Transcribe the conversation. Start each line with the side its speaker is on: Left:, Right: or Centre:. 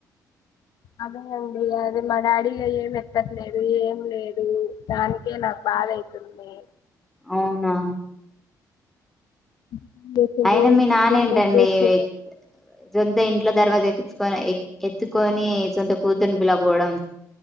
Left: అదే అండి అది మా డాడీగా ఏం ఎత్తట్లేదు ఏం లేదు దానికే నాకు బాధ అయితుంది
Centre: అవునా
Left: <unintelligible>
Centre: అయినా మీ నాన్న ఏంటండి సొంత ఇంట్లో దర్వాజా ఎత్తిచ్చుకొని ఎత్తుకోని సొంత కూతుర్ని పిలవకపోవడం